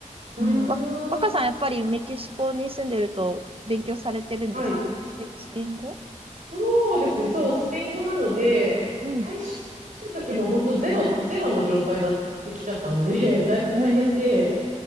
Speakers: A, on the right; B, on the right.
A: ーん。
B: うん、わ若さんやっぱりメキシコに住んでると勉強されてるんです。
A: はい。
B: スペスペイン語
A: そうですね。そう、スペイン語なので、
B: うん。
A: 最初来た時も本当ゼロ、ゼロの状態だって来ちゃったんで、<laughs> だいぶ大変で、
B: うんうん。